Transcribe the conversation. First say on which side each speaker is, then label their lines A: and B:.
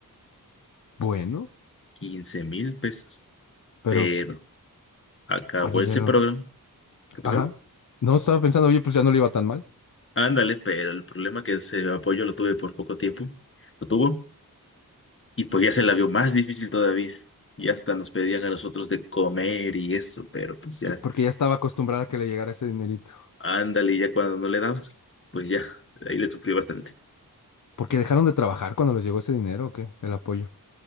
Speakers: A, on the left; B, on the left.
A: Bueno,
B: quince mil pesos.
A: pero
B: Pero acabó
A: oye,
B: ese
A: ya no,
B: programa. ¿Qué pasó?
A: Ajá. No, estaba pensando, oye, pues ya no le iba tan mal,
B: Ándale, pero el problema es que ese apoyo lo tuve por poco tiempo, lo tuvo, y pues ya se la vio más difícil todavía. Y hasta nos pedían a nosotros de comer y eso, pero pues ya,
A: que- porque ya estaba acostumbrada a que le llegara ese dinerito.
B: ándale, ya cuando no le damos, pues ya, ahí le sufrió bastante.
A: Porque dejaron de trabajar cuando les llegó ese dinero, ¿o qué? El apoyo.